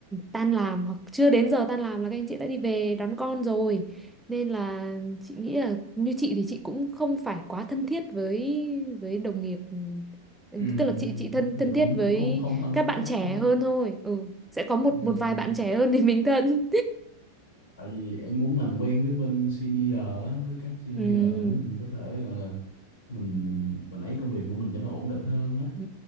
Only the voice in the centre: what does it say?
tan làm hoặc chưa đến giờ tan làm là các anh chị đã đi về đón con rồi nên là chị nghĩ là như chị thì chị cũng không phải quá thân thiết với với đồng nghiệp Ừ,
tức là chị
chị thân
thân
thiết với
các
bạn
trẻ
hơn thôi ừ sẽ có một
một vài bạn trẻ hơn thì mình thân
ừ
ừ